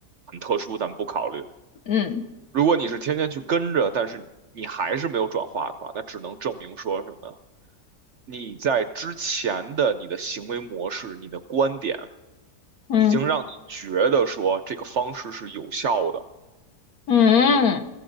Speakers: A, on the right; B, on the left.
A: 很特殊，咱们不考虑。
B: 嗯
A: 如果你是天天去跟着，但是你还是没有转化的话，那只能证明说什么？你在之前的你的行为模式、你的观点，
B: 嗯
A: 已经让你觉得说这个方式是有效的。
B: 嗯